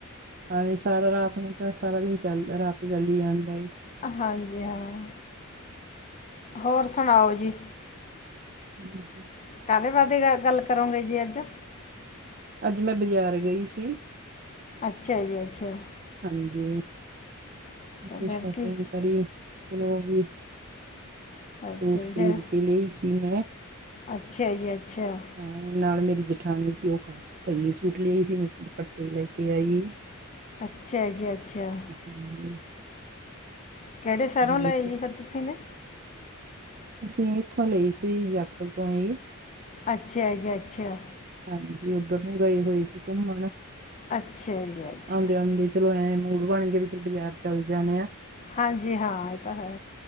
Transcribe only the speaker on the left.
ਹਾਂਜੀ ਹਾਂ, ਹੋਰ ਸੁਣਾਓ ਜੀ?
ਕਾਦੇ ਬਾਦੇ ਗ ਗੱਲ ਕਰੋਂਗੇ ਜੀ ਅੱਜ?
ਅੱਛਾ ਜੀ ਅੱਛਾ।
ਅੱਛਾ
ਫਿਰ
ਕੀ
ਅੱਛਾ
ਜੀ
ਫਿਰ
ਅੱਛਾ ਜੀ ਅੱਛਾ
ਅੱਛਾ ਜੀ ਅੱਛਾ।
ਕੈੜੇ ਸੈਰੋਂ ਲਏ
ਜੀ ਫੇਰ ਤੁਸੀ ਨੇ?
ਅੱਛਾ ਜੀ ਅੱਛਾ।
ਅੱਛਾ ਜੀ ਅੱਛਾ।
ਹਾਂਜੀ ਹਾਂ ਏਹ ਤਾਂ ਹੈ।